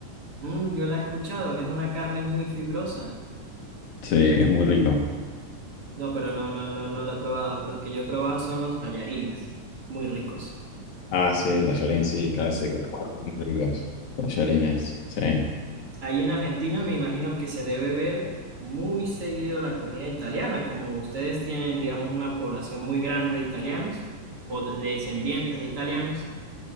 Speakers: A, on the right; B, on the left.
A: Mm, yo la he escuchado, es una carne muy fibrosa
B: Sí, es muy rico.
A: No, pero no, no, no, no lo he probado. Los que yo he probado son los tallarines, muy ricos.
B: Ah, sí, tallarín, sí, clásico. Muy Ricos. Tallarines, sí.
A: Ahí en Argentina me imagino que se debe ver muy seguido la comida italiana, como ustedes tienen, digamos, una población muy grande de italianos o de- descendientes de italianos.